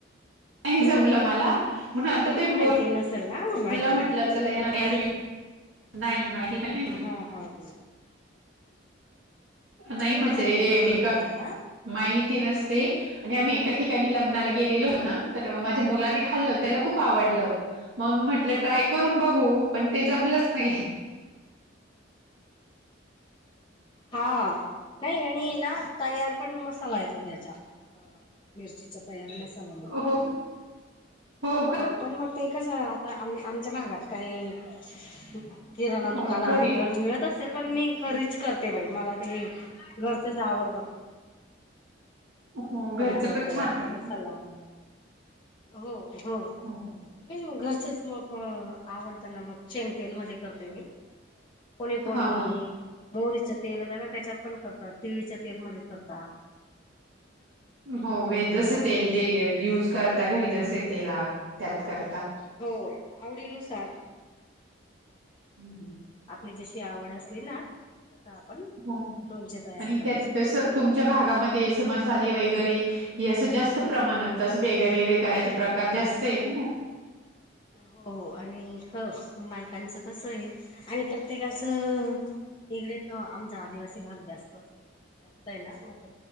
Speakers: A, on the right; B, on the left.
A: नाही जमलं
B: हा
A: मला म्हणून आता
B: एवढी
A: ते बोलला
B: माहिती नसेल ना माहिती
A: <unintelligible> म्हटलं. चला नाज <unintelligible> नाही माहिती नाही ए.
B: हा हा हा.
A: नाही
B: एवढी
A: म्हणजे
B: माहिती नसते
A: मी <unintelligible>
B: ना आपल्याला
A: माहिती नसते आणि आम्ही एका ठिकाणी लग्नाला. केलेलं होतं माझ्या मुलाने खाल्लं त्याला खूप आवडलं मग <unintelligible> म्हटलं आपण ट्राय करून बघू, पण ते जमलंच नाही.
B: हा नाही आणि ना तयार पण मसाला येतो त्याचा. मिरचीचा तयार मसाला मिळत.
A: हो हो का
B: पण मग ते कस. पाय आम आमच्या भागात काही किराणा दुकानहार
A: हो घरी
B: वगैरे मिळते मिळते पण मी घरीच करते बाई मला ते घरचेच आवडतात
A: हो
B: दुकानावरच
A: घरचं पण छान राहत
B: मसाला आणा. हो हो
A: हा हा
B: नाही घरचच मग आवडतं ना मग शेंग तेल मध्ये करते मी. कोणी कोणी
A: हा हा
B: मोहरीच तेल हायना त्याच्यात पण करत तिळीच्या तेलमध्ये करतात
A: हो व्हय
B: त्याची
A: जस
B: आवड
A: तेल
B: असेल
A: जे यूज करता घरी जसे तेल त्यात करता
B: हो आवडी नुसार
A: हम. हम
B: आपली जशी आवड असली ना तस आपण
A: हो
B: लोणचे तयार
A: आणि
B: करायचे.
A: त्यात तसं तुमच्या भागामध्ये असे मसाले वगैरे. हे असं जास्त प्रमाणात असं वेगळे वेगळे करायचे प्रकार जास्त आहेते ना.
B: हो हो आणि ख बायकांचं कस आहे आणि प्रत्येकाचं. इकडे त आमचा आदिवासी भाग जास्त असतो ना जास्त आहे ना म ते